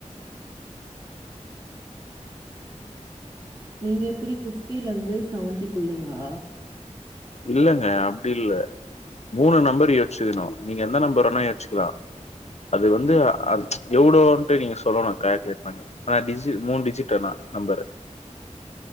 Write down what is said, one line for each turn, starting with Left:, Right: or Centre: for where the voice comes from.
Right: நீங்க எப்டி ஃபிஃப்டிலேந்து செவன்ட்டிக்குள்ளயா
Left: இல்லங்க அப்டி இல்ல மூணு நம்பர் யோச்சிக்கணு நீங்க எந்த நம்பர் வேணா யோச்சிக்கலா அது வந்து ஆ இவ்ளோன்ட்டு நீங்க சொல்லணு கால்குலேட் பண்ணி ஆ டிஜிவ் மூணு டிஜிட் ஆனா நம்பரு